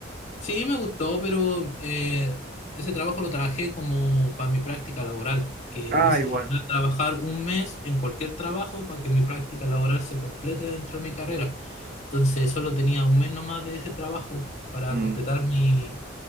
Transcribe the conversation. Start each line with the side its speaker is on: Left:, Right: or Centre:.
Left: Sí, me gustó, pero eh, ese trabajo lo trabajé como para mi práctica laboral, que
Right: Ah,
Left: necesitaba
Right: igual.
Left: trabajar un mes en cualquier trabajo para que mi práctica laboral se complete dentro de mi carrera. Entonces solo tenía un mes nomás de ese trabajo para
Right: Mm,
Left: completar mi,